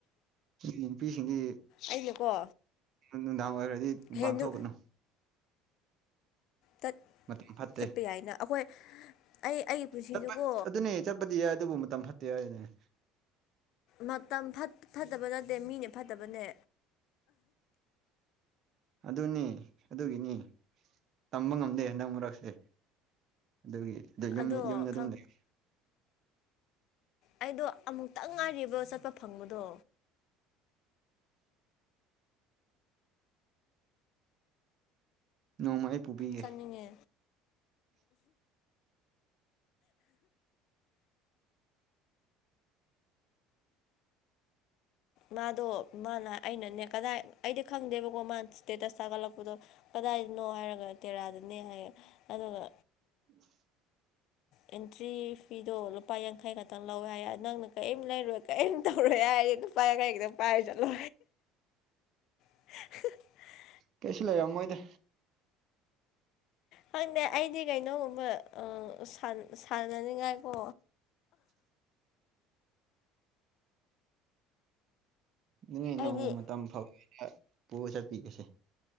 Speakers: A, on the right; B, on the left.
A: ꯅꯨꯄꯤꯁꯤꯡꯗꯤ
B: ꯑꯩꯅꯀꯣ
A: ꯅꯨꯡꯗꯥꯡ ꯑꯣꯏꯈ꯭ꯔꯗꯤ ꯃꯄꯥꯟ
B: ꯍꯦ ꯅꯨ
A: ꯊꯣꯛꯀꯅꯨ
B: ꯆꯠ
A: ꯃꯇꯝ ꯐꯠꯇꯦ
B: ꯆꯠꯄ ꯌꯥꯏꯅ ꯑꯩꯈꯣꯏ ꯑꯩ ꯑꯩꯒꯤ ꯄꯨꯟꯁꯤꯗꯨꯀꯣ
A: ꯆꯠꯄ ꯑꯗꯨꯅꯦ ꯆꯠꯄꯗꯤ ꯌꯥꯏ ꯑꯗꯨꯕꯨ ꯃꯇꯝ ꯐꯠꯇꯦ ꯍꯥꯏꯗꯨꯅꯦ
B: ꯃꯇꯝ ꯐꯠꯇꯕ ꯅꯠꯇꯦ ꯃꯤꯅ ꯐꯠꯇꯕꯅꯦ
A: ꯑꯗꯨꯅꯤ ꯑꯗꯨꯒꯤꯅꯤ ꯇꯝꯕ ꯉꯝꯗꯦ ꯍꯟꯗꯛ ꯃꯔꯛꯁꯦ ꯑꯗꯨꯒꯤ
B: ꯑꯗꯣ
A: ꯌꯨꯝꯗ ꯑꯗꯨꯝ ꯂꯩ
B: ꯑꯩꯗꯣ ꯑꯃꯨꯛꯇꯪ ꯉꯥꯏꯔꯤꯕꯥ ꯆꯠꯄ ꯐꯪꯕꯗꯣ
A: ꯅꯣꯡꯃꯥ ꯑꯩ ꯄꯨꯕꯤꯒꯦ
B: ꯆꯥꯅꯤꯡꯉꯦ ꯃꯥꯗꯣ ꯃꯥꯅ ꯑꯩꯅꯅꯦ ꯀꯗꯥꯏ ꯑꯩꯗꯤ ꯈꯪꯗꯦꯕꯀꯣ ꯃꯥ ꯏꯁꯇꯦꯇꯁ ꯊꯥꯒꯠꯂꯛꯄꯗꯣ ꯀꯗꯥꯏꯗꯅꯣ ꯍꯥꯏꯔꯒ ꯇꯦꯔꯥꯗꯅꯦ ꯍꯥꯏ ꯑꯗꯨꯒ
A: ꯎꯝ
B: ꯑꯦꯟꯇ꯭ꯔꯤ ꯐꯤꯗꯣ ꯂꯨꯄꯥ ꯌꯥꯡꯈꯩ ꯈꯛꯇꯪ ꯂꯧꯋꯦ ꯍꯥꯏ ꯅꯪꯅ ꯀꯔꯤꯝ ꯂꯩꯔꯣꯏ ꯀꯔꯤꯝ ꯇꯧꯔꯣꯏ ꯍꯥꯏꯔꯤꯅꯣ ꯄꯥꯏ ꯀꯔꯤꯒꯤꯈꯤꯇꯪ ꯄꯥꯏꯔ ꯆꯠꯂꯣ <unintelligible>
A: ꯀꯩꯁꯨ ꯂꯩꯔꯝ ꯃꯣꯏꯗ
B: ꯈꯪꯗꯦ ꯑꯩꯗꯤ ꯀꯩꯅꯣꯒꯨꯝꯕ ꯁꯥꯟ ꯁꯥꯟꯅꯅꯤꯡꯉꯥꯏ ꯀꯣ
A: <inaudible> ꯅꯅꯦ ꯅꯣꯡꯃ
B: ꯑꯩꯗꯤ
A: ꯃꯇꯝ ꯐꯥꯎ ꯄꯨꯔ ꯆꯠꯄꯤꯒꯁꯦ